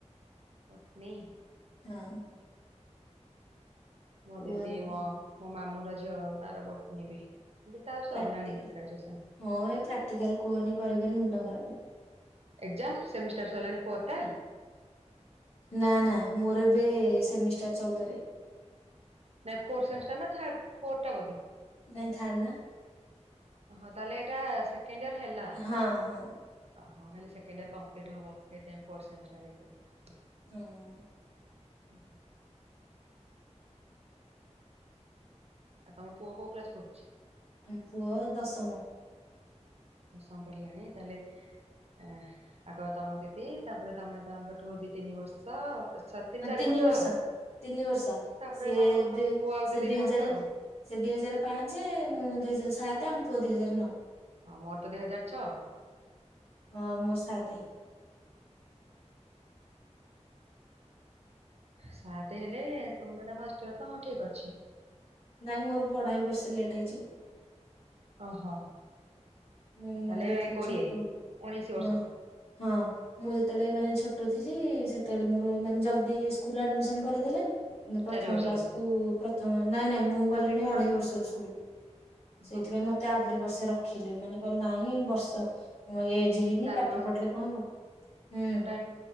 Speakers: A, on the right; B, on the left.
A: ବଟନି
B: ହଁ।
A: ମୋ
B: କୁହନି
A: ଦିଦି ମୋ ମୋ ମାମଁ ର ଝିଅ ତାର ବଟନି ବି ଯେ ତାର
B: ପ୍ରାକ୍ଟିକାଲ
A: ସରିଲାଣି ଗ୍ରାଜୁଏସନ୍।
B: ହଁ ଏ ପ୍ରାକ୍ଟିକାଲ କୁହନି କରି କରି ମୁଣ୍ଡ ଖରାପେ
A: ଏକ୍ଜାମ ସେମିଷ୍ଟାର ସଇଲାଣି ଫୋର୍ ଟା?
B: ନା ନା ମୋର ଏବେ ସେମିଷ୍ଟାର ଚଉଦରେ
A: ନାଇଁ ଫୋର ସେମିଷ୍ଟାର ନା ଥ ଟା ବୋଧେ
B: ନାାଇଁ ଥାର ନା
A: ଓହୋ ତାହଲେ ଏଇଟା ସେକେଣ୍ଡ ଇୟର ହେଲା?
B: ହଁ ହଁ।
A: ଓହୋ ଭଲେ ସେକେଣ୍ଡ ଇୟର କମ୍ପ୍ଲିଟ ହବ ସେଇଥିାଇ ଫୋର୍ଥ ସେମିଷ୍ଟାର ହେଇଥିବ
B: ହୁଁ।
A: ହୁଁ ହଁ। ଆଉ ତମ ପୁଅ କୋଉ ଉ୍ଲାସ ପଡୁଛି?
B: ଆମ ପୁଅ ଦଶମ।
A: ଦସା ପଡିଲାଣି ତାହେଲେ ଏ ଆଗ ତମ ଦିଦି ତାପରେ ତମେ ତାଙ୍କଠୁ ଦି ତିନି ବର୍ଷ ସ
B: ହଁ
A: ଚାରି
B: ତିନି ବର୍ଷ
A: ଆଉ।
B: ତିନି ବର୍ଷ
A: ତାପରେ
B: ସିଏ
A: ତମଠୁ ତମ ପୁଅ ଆଉ
B: ସେ
A: ତିନି
B: ଦି ହଜାର
A: ବର୍ଷ ଆଉ
B: ସେ ଦିଇ ହଜାର ପାଞ୍ଚ ମୁଁ ଦୁଇ ହଜାର ସାତ ଆମ ପୁଅ ଦିଇ ହଜାର ନଅ।
A: ଆ ମୋର ତ ଦିଇ ହଜାର ଛଅ।
B: ହଁ ମୋର ସାତେ
A: ସାତ ହେଲେ ତମର ଏଟା ଫାଷ୍ଟିବ ତ ହଁ ଠିକ ଅଛି
B: ନାଇଁ ମୋର ବି ଅଢେଇ ବର୍ଷ ଲେଟ୍ ହେଇଛି
A: ଓହୋ
B: ମୁଁ
A: ତାହେଲେ
B: ଯେତେବେଳେ
A: କୋଡିଏ
B: ଛୋଟ
A: ଉଣେଇଶି
B: ହଁ
A: ବର୍ଷ?
B: ହଁ। ମୁଁ ଯେତେବେଳେ ମାନେ ଛୋଟ ଥିଲି ସେତେବେଳେ ମୋର ମାନେ ଜଲି ସ୍କୁଲ ଆଡମିନ କରିଦେଲେ କିନ୍ତୁ ପ୍ରଥମ
A: ଚାରି ବର୍ଷରୁ
B: କ୍ସକୁ ପ୍ରଥମ ନାଇଁ ନାଇଁ ମୁଁ ଗଲିଣି ଅଢେଇ ବର୍ଷର ସ୍କୁଲ ସେଇଥିପାଇଁ
A: ହଁ
B: ମତେ ଆହୁରି ବର୍ଷେ ରଖିଲେ ମାନେ କହିଲ ନାଇଁ ବର୍ଷ ହଁ ଏଜ୍ ହେଇନି
A: ଚାରି
B: ପାଠ ପଢିଲେ କଣ ହବ ହୁଁ।
A: ଆ